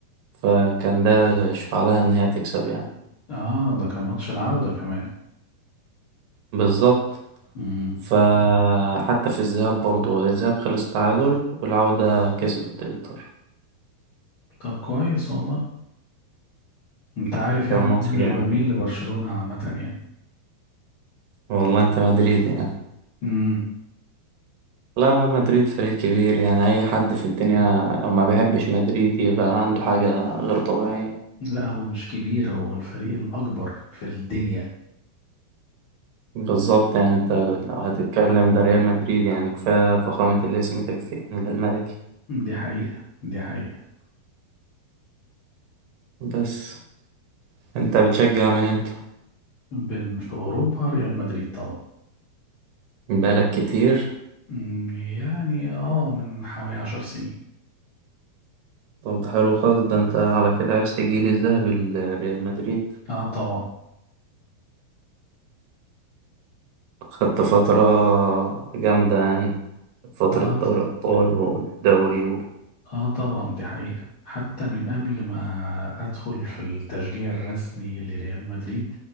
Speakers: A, on the right; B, on the left.
A: فكان ده يشفع لها إن هي تكسب يعني
B: اه ده كان ماتش العوده كمان
A: بالظبط
B: امم
A: فحتى في الذهاب برضه الذهاب خلص تعادل والعودة كسبت إنتر
B: طب كويس والله انت عارف
A: كان
B: يعني
A: ماتش
B: إن انا مش
A: جامد
B: بميل لبرشلونه عامه يعني
A: والله أنت مدريد يعني
B: امم
A: لا لا مدريد فريق كبير يعني أي حد في الدنيا لو ما بيحبش مدريد يبقى عنده حاجة غير طبيعية
B: لا هو مش كبير هو الفريق الاكبر في الدنيا
A: بالظبط يعني أنت لو هتتكلم ده ريال مدريد يعني كفاية فخامة الاسم تكفي يعني ده الملكي
B: دي حقيقه دي حقيقه
A: بس انت بتشجع من امتى
B: بن في اوروبا ريال مدريد طبعا
A: من بقالك كتير
B: أمم، يعني اه من حوالي عشر سنين
A: طب ده حلو خالص ده انت على كده عشت الجيل الذهبي لريال مدريد
B: اه طبعا
A: خدت فترة جامدة يعني فترة
B: اه
A: دوري
B: ط...
A: أبطال والدوري و...
B: اه طبعا دي حقيقة حتى من قبل ما ادخل في التشجيع الرسمي لريال مدريد